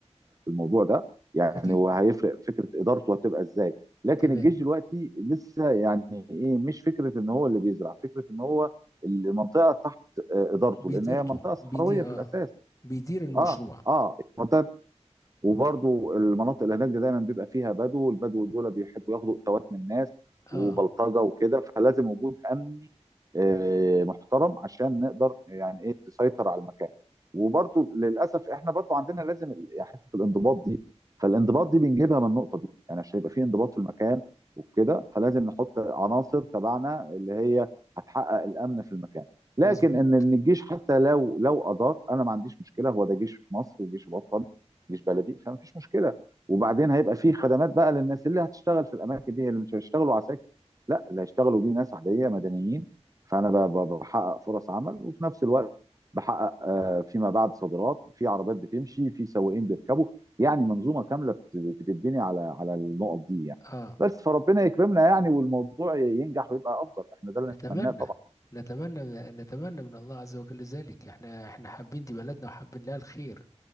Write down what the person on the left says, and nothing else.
اكيد
تمام
بيديرته
بيدير
اه
بيدير المشروع
اه
مظبوط
اه
نتمنى
نتمنى نتمنى من الله عز وجل ذلك احنا احنا حابين دي بلدنا وحابين لها الخير